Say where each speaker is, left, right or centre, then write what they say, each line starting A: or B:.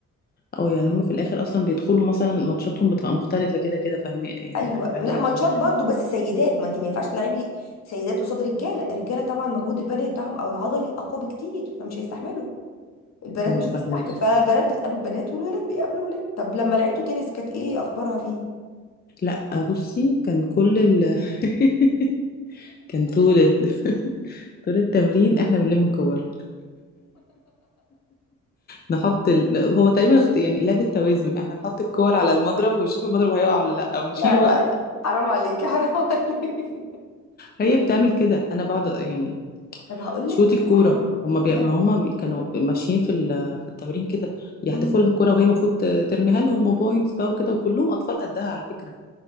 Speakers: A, on the left (about 30°); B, on the left (about 60°).
A: اه يعني هم في الاخر اصلا بيدخلوا مثلا ماتشاتهم بتبقى مختلفه كده كده فاهمه يعني
B: ايوه
A: انا فاهماكي
B: لا ماتشات
A: غير
B: برضو
A: ال...
B: بس سيدات ما انت ما ينفعش تلعبي سيدات قصاد رجاله الرجاله طبعا مجهود البدني بتاعهم او العضلي اقوى بكتير فمش هيستحملوا البنات
A: اه
B: مش
A: فاهماكي
B: هتستحمل فبنات بتقابل بنات والولاد بيقابلوا ولاد طب لما لعبتوا تنس كانت ايه اخبارها فيه
A: لا بصي كان كل ال... <laughs> كان طول ال... <laughs> طول التمرين احنا بنلم الكور نحط ال... هو تقريبا اخت- يعني لعبة توازن احنا نحط الكور على المضرب ونشوف المضرب هيقع ولا لا ونشيله
B: لا لا
A: بقى
B: لا حرام عليكي حرام <laughs> عليكي
A: هي بتعمل كده انا بقعد يعني
B: طب هقول
A: شوطي
B: لك على
A: الكوره
B: حاجه
A: هما
B: بجد
A: بي... ما هما بي... كانوا ماشيين في ال... في التمرين كده يحدفوا
B: امم
A: لها الكوره وهي المفروض ت- ترميها لهم وبوينتس بقى وكده وكلهم اطفال قدها على فكره